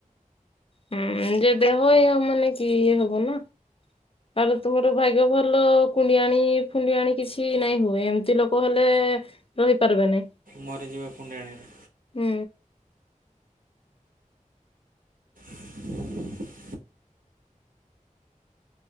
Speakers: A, on the left (about 45°); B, on the right (about 80°).
A: ହୁଁ, ଯେ ଦେହ ଇହ ମାନେ କି ଇଏ ହବ ନା। ଆ ତୁମର ଭାଗ୍ୟ ଭଲ କୁଣ୍ଡି ଆଣି ଫୁଣ୍ଡିଆଣି କିଛି ନାଇଁ ହୁଏ ଏମିତି ଲୋକ <unintelligible> କହିଲେ ରହି ପାରିବେ ନାଇଁ।
B: ମରିଯିବେ କୁଣ୍ଡି ଆଣିରେ।
A: ହୁଁ।
B: <inaudible>